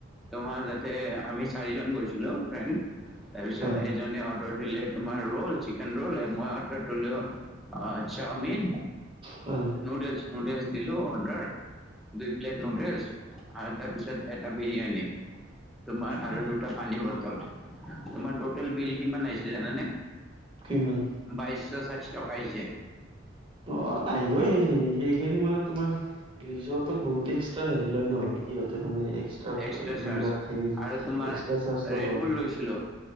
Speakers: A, in the centre; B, on the right.
A: তোমাৰ যাতে আমি চাৰিজন গৈছিলো ফ্ৰেণ্ড তাৰপিছত,
B: হয়,
A: এজনে অৰ্ডা- দিলে তোমাৰ ৰোল চিকেন ৰোল এ ময় অৰ্ডাৰ দিলোঁ এ চাওমিন-
B: হয়।
A: নুডেলছ নুডেলছ দিলোঁ অৰ্ডাৰ। দুই প্লেট নুডেলছ আৰু তাৰপিছত এটা বিৰিয়ানী। তোমাৰ
B: হয়,
A: আৰু দুটা পানী বটল। তোমাৰ টটেল বিল কিমান আহিছে জানানে?
B: কিমান?
A: বাইছশ ষাঠি টকা আহিছে।
B: অঁ আহিবই সেইখিনি সেইখিনি মানে তোমাৰ- ৰিজতত বহুত এক্সট্ৰা হেৰি লয় নহয় সিহঁতে মানে এক্স- ট্ৰাপ
A: এক্সট্ৰা
B: এ
A: চাৰ্জ
B: যিবিলাক হেৰী
A: আৰু তোমাৰ
B: এক্সট্ৰা চাৰ্জ ল'ব।
A: ৰেড বুল লৈছিলোঁ